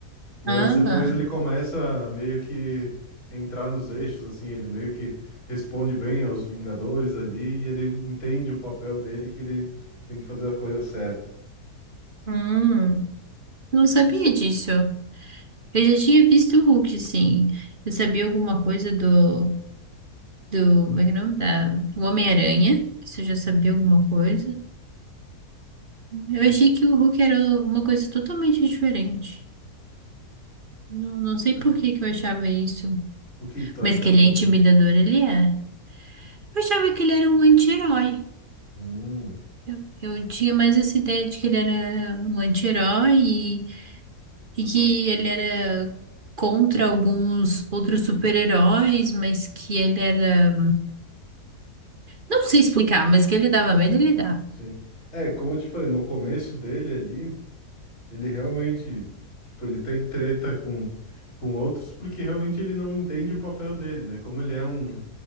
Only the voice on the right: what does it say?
Ah,
hum. Não sabia disso. Eu já tinha visto o Hulk, sim. Eu sabia alguma coisa do. Do. Como é que é o nome? Da, do Homem-Aranha. Isso eu já sabia alguma coisa. Eu achei que o Hulk era uma coisa totalmente diferente. Não, não sei
por que que eu achava isso.
Mas
que ele é
intimidador, ele é. Eu achava que ele era um anti-herói.
Eu, eu tinha mais essa ideia de que ele era um anti-herói e que ele era contra alguns outros super-heróis, mas que ele era. Não sei explicar, mas que ele dava medo, ele dava.